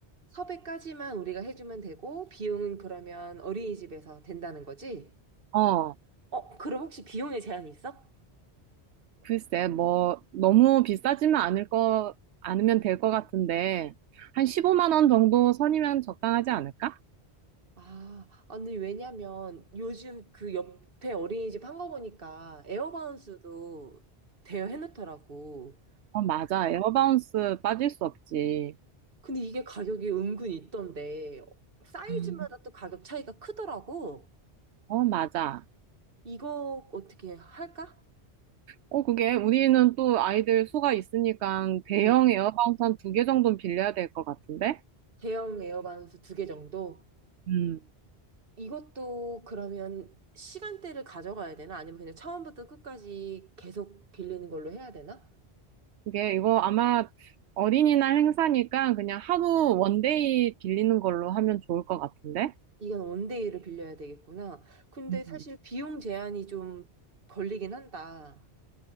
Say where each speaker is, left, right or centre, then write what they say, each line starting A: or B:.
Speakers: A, on the right; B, on the right.
A: 섭외까지만 우리가 해주면 되고, 비용은 그러면 어린이집에서 된다는 거지?
B: 어,
A: 어, 그럼 혹시 비용에 제한이 있어?
B: 글쎄, 뭐, 너무 비싸지만 않을 거, 않으면 될 것 같은데, 한 15만 원 정도 선이면 적당하지 않을까?
A: 아, 아니, 왜냐면 요즘 그 옆에 어린이집 한 거 보니까 에어바운스도 대여해놓더라고.
B: 어, 맞아. 에어바운스 빠질 수 없지.
A: 근데 이게 가격이 은근히 있던데, 사이즈마다
B: 음.
A: 또 가격 차이가 크더라고.
B: 어, 맞아.
A: 이거 어떻게 할까?
B: 어, 그게 우리는 또 아이들 수가 있으니까 대형
A: 응.
B: 에어컨 두 개 정도는 빌려야 될 것 같은데?
A: 대형 에어반스 두 개 정도?
B: 음.
A: 이것도 그러면 시간대를 가져가야 되나? 아니면 그냥 처음부터 끝까지 계속 빌리는 걸로 해야 되나?
B: 그게 이거 아마 어린이날 행사니까 그냥 하루 원데이 빌리는 걸로 하면 좋을 것 같은데?
A: 이건 원데이를 빌려야 되겠구나. 근데
B: 음.
A: 사실 비용 제한이 좀 걸리긴 한다.